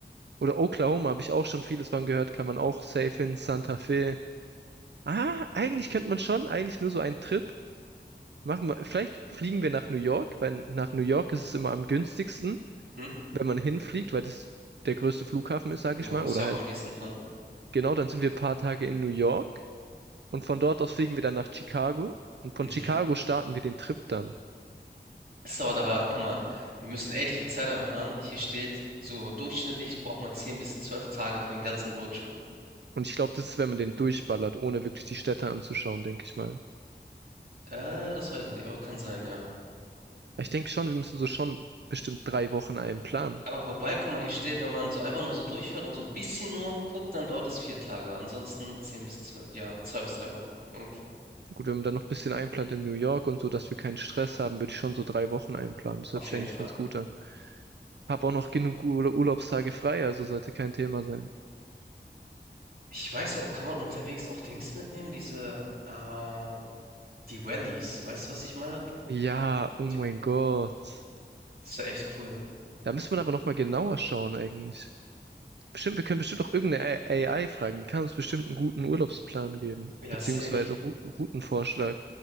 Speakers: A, on the right (about 75°); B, on the right (about 55°).
A: Oder Oklahoma habe ich auch schon vieles von gehört, kann man auch safe hin, Santa Fe. Ah, eigentlich könnte man schon, eigentlich nur so einen Trip machen. Wir, vielleicht fliegen wir nach New York, weil nach New York ist es immer am günstigsten,
B: Mhm.
A: wenn man hinfliegt, weil das der größte Flughafen ist, sage
B: Genau,
A: ich mal.
B: ist
A: Oder
B: ja
A: halt,
B: auch am nächsten dran.
A: genau, dann sind wir ein paar Tage in New York und von dort aus fliegen wir dann nach Chicago und von
B: Mhm.
A: Chicago starten wir den Trip dann.
B: Es dauert aber, guck mal, wir müssen echt viel Zeit einplanen. Hier steht, so durchschnittlich braucht man 10 bis 12 Tage für den ganzen Roadtrip.
A: Und ich glaube, das ist, wenn man den durchballert, ohne wirklich die Städte anzuschauen, denke ich mal.
B: Äh, das weiß ich nicht, aber kann sein, ja.
A: Ich denke schon, wir müssen so schon bestimmt drei Wochen einen planen.
B: Aber wobei, guck mal, hier steht, wenn man so einfach nur so durchfährt und so ein bisschen nur guckt, dann dauert es vier Tage. Ansonsten zehn bis zwölf, ja, zwei bis drei Wochen ungefähr.
A: Gut, wenn man dann noch ein bisschen einplant in New York und so, dass wir keinen Stress haben, würde ich schon so drei Wochen einplanen. Das
B: Auf
A: hört sich
B: jeden
A: eigentlich
B: Fall.
A: ganz gut an. Hab auch noch genug Ur Urlaubstage frei, also sollte kein Thema sein.
B: Ich weiß nicht, ob kann man unterwegs auch Dings mitnehmen, diese, äh, die Wellies. Weißt du, was ich meine?
A: Ja, oh mein
B: Die,
A: Gott.
B: das ist ja echt cool.
A: Da müsste man aber nochmal genauer schauen eigentlich. Bestimmt, wir können bestimmt auch irgendeine A- AI fragen. Die kann uns bestimmt einen guten Urlaubsplan geben.
B: Ja,
A: Beziehungsweise
B: safe.
A: Ru- Routenvorschlag.